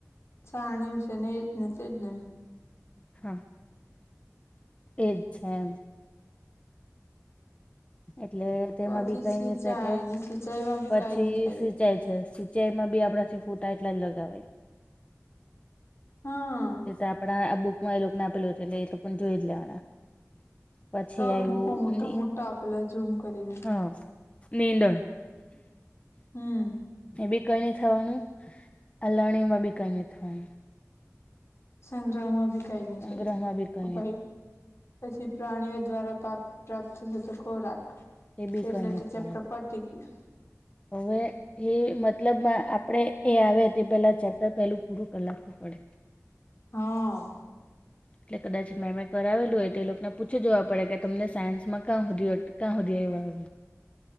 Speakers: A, on the left (about 55°); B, on the left (about 25°).
A: છાણ્યું છે ને એજ ને તેજ ને
B: હા એ જ છે એમ એટલે તેમાં
A: પછી
B: બી કઈ
A: સિંચાઈ
B: નઈ <unintelligible> કે
A: ને સિંચાઈમાં બી કઈ
B: પછી
A: નઈ થાય
B: સિંચાઈ છે સિંચાઈ માં બી આપડાથી ફૂટા એટલા જ લગાવય
A: હા
B: તે તો આપણા આ બુક માં એ લોકો ને આપેલું હતું એટલે એ લોકોને જોઈ જ લેવાના. પછી
A: તો
B: આવ્યું
A: બુકમાં મોટો
B: ની
A: મોટો આપેલો ઝૂમ કરીને.
B: હા નીંદણ
A: હમ
B: એ બી કઈ ની થવાનું અ લલણી માં બી કઈ નીથવાનું
A: સંગ્રહમાં ભી કઈ નહી
B: સંગ્રહમાં
A: થાય
B: બી કઈ નહી
A: પહિ પછી પ્રાણીઓ દ્વારા પાક પ્રાપ્ત થતો ખોરાક
B: એ બી
A: એટલે
B: કઈ નહી
A: તો
B: થવાનું
A: ચેપ્ટરપ પતી ગ્યું.
B: હવે એ મતલબમા આપણેે એ આવે તે પેલા ચેપ્ટર પેલું પૂરું કર લાખવું પડે.
A: હા
B: એટલે કદાચ મેમે કરાવેલું હોય તો એ લોકોને પૂછી જવા પડે કે તમને સાયન્સમાં કા હુંધી ટ કા હુંધી આયવા <inaudible>